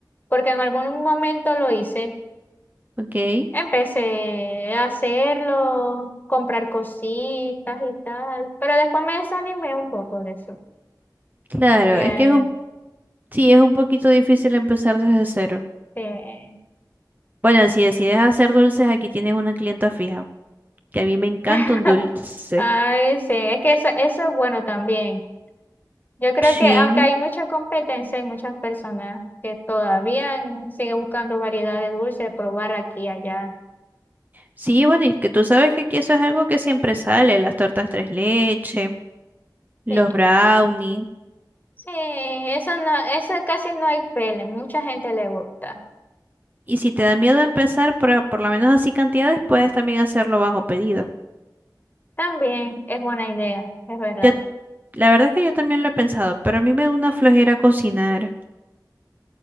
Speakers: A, on the left; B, on the right.
A: porque en algún momento lo hice,
B: Ok,
A: empecé a hacerlo, comprar cositas y tal, pero después me desanimé un poco de eso.
B: claro,
A: Eh,
B: es que es un, sí, es un poquito difícil empezar desde cero.
A: este,
B: Bueno, si decides hacer dulces, aquí tienes una clienta fija, que a mí me encanta
A: <laughs>
B: un dulce.
A: Ay, sí, es que eso, eso es bueno también. Yo creo
B: Sí,
A: que aunque hay mucha competencia, hay muchas personas que todavía mm, siguen buscando variedad de dulce, probar aquí y allá.
B: sí, bueno, y que tú sabes que aquí eso es algo que siempre sale, las tortas tres leche, los
A: Sí,
B: brownies.
A: sí, eso no, eso casi no hay pele, mucha gente le gusta.
B: Y si te da miedo empezar por, por lo menos así cantidades, puedes también hacerlo bajo pedido.
A: También es buena idea, es verdad.
B: Yo, la verdad es que yo también lo he pensado, pero a mí me da una flojera cocinar.